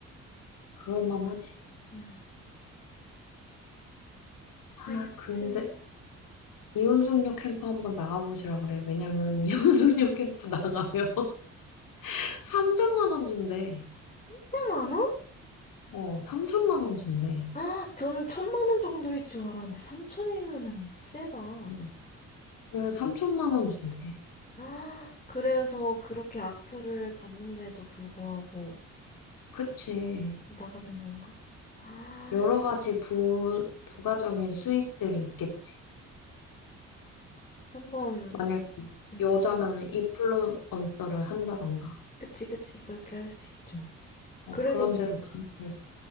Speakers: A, on the left; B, on the left.
A: 그럴만하지.
B: 응.
A: 아,
B: 하여튼.
A: 근데. 이혼숙녀 캠프 한번 나가보시라 그래. 왜냐면 <laughs> 이혼숙녀 캠프 나가면 <laughs> 3천만 원 준대.
B: 천만 원?
A: 어, 3천만 원 준대.
B: 아, 저는 천만 원 정도일 줄 알았는데 삼천이면은 세다.
A: 응. 그래, 3천만 원 준대.
B: 아, 그래서 그렇게 악플을 받는데도 불구하고
A: 그치.
B: 나가는 건가? 아,
A: 여러 가지 부, 부가적인 수익들이 있겠지.
B: 한번,
A: 만약
B: 음,
A: 여자면 인플루언서를 한다던가.
B: 그치, 그치, 그렇게 할 수 있죠.
A: 어,
B: 그래서
A: 그런
B: 좀,
A: 데로 진출했어.